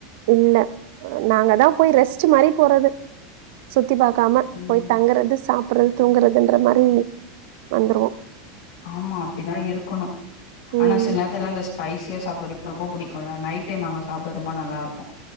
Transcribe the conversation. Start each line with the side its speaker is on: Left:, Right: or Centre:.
Right: இல்ல நாங்க தா போய் ரெஸ்ட்டு மாரி போறது சுத்தி பாக்காம
Left: ம்
Right: போய் தங்குறது சாப்புர்றது தூங்குற துன்ற மாரி வந்துருவோ
Left: ஆமா அப்டிதா இருக்கணு
Right: ம்.
Left: ஆனா சில் நேரத்துல்லா அந்த ஸ்பைசியஸ் <inaudible> ரொம்ப புடிக்குல்ல நைட் டைம் அங்க சாப்ட ரொம்ப நல்லா இருக்கு